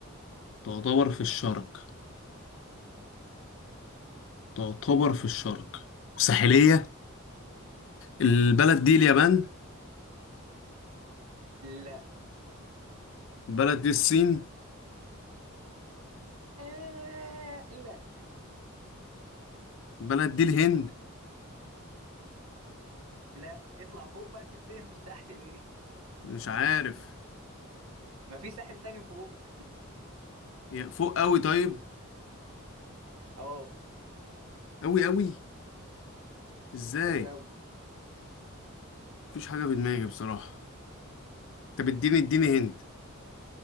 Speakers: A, on the left (about 60°); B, on the right (about 80°).
A: تعتبر في الشرق تعتبر في الشرق ساحلية البلد دي اليابان
B: لا
A: البلد دي الصين
B: آه لا
A: البلد دي الهند
B: لا اطلع فوق بقى انت بتنزل تحت ليه؟
A: مش عارف
B: ما في ساحل تاني فوق
A: هي فوق قوي طيب
B: اه
A: قوي قوي ازاي
B: أوي أوي
A: مفيش حاجة في دماغي بصراحة طب اديني اديني هند